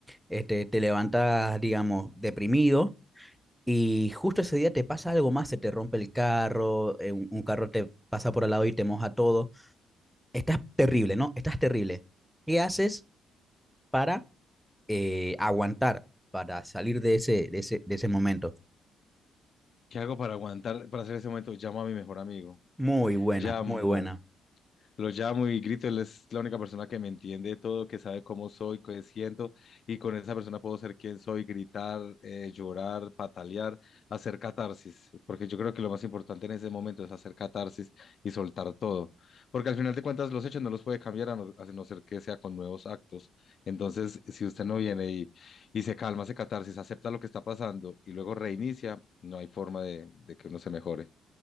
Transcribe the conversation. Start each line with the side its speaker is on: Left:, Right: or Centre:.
Centre: Este, te levantas, digamos, deprimido, y justo ese día te pasa algo más, se te rompe el carro, eh, un, un carro te pasa por al lado y te moja todo. Estás terrible, ¿no? Estás terrible. ¿Qué haces para eh, aguantar, para salir de ese, de ese, de ese momento?
Left: ¿Qué hago para aguantar, para hacer ese momento? Llamo a mi mejor amigo.
Centre: Muy buena,
Left: Llamo.
Centre: muy buena.
Left: lo llamo y grito, él es la única persona que me entiende de todo, que sabe cómo soy, qué siento, y con esa persona puedo ser quien soy, gritar, eh, llorar, patalear, hacer catarsis, porque yo creo que lo más importante en ese momento es hacer catarsis y soltar todo, porque al final de cuentas los hechos no los puede cambiar a no, a no ser que sea con nuevos actos. Entonces, si usted no viene y, y se calma, hace catarsis, acepta lo que está pasando y luego reinicia, no hay forma de, de que uno se mejore.